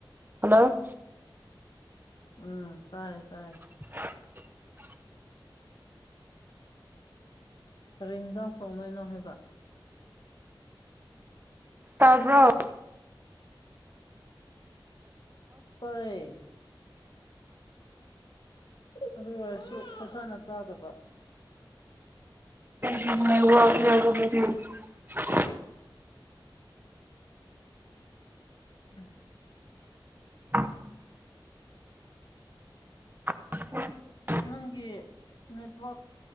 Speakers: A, on the right; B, on the left.
A: ꯍꯜꯂꯣ
B: ꯎꯝ ꯇꯥꯏꯌꯦ ꯇꯥꯏꯌꯦ
A: <unintelligible>
B: ꯀꯔꯤ ꯌꯦꯟꯁꯥꯡ ꯊꯣꯡꯗꯣꯢꯅꯣ ꯍꯥꯏꯕ
A: ꯇꯥꯕ꯭ꯔꯣ
B: ꯇꯥꯢꯌꯦ ꯑꯗꯨ ꯑꯣꯏꯔꯁꯨ ꯐꯖꯅ ꯇꯥꯗꯕ
A: <unintelligible>
B: ꯎꯝ
A: <inaudible> <unintelligible>
B: ꯅꯪꯒꯤ ꯅꯦꯠꯋꯥꯛ